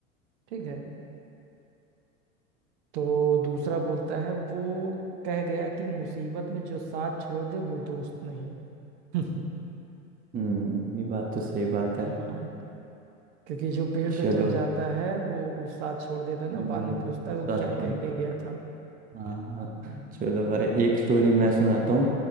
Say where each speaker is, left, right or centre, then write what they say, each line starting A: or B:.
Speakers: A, on the right; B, on the right.
A: ठीक है तो दूसरा बोलता है वो कह गया कि मुसीबत में जो साथ छोड़ दे वो दोस्त नहीं <laughs>
B: हम्म, ये बात तो सही बात है
A: हाँ, क्योंकि जो पेड़
B: चलो
A: पे चढ़ जाता है वो वो साथ छोड़ देता है ना
B: हम्म,
A: बाद में पूछता है वो
B: बात
A: क्या
B: छोड़
A: कह के गया था
B: हाँ हाँ
A: हम्म
B: चलो भाई एक स्टोरी मैं सुनाता हूँ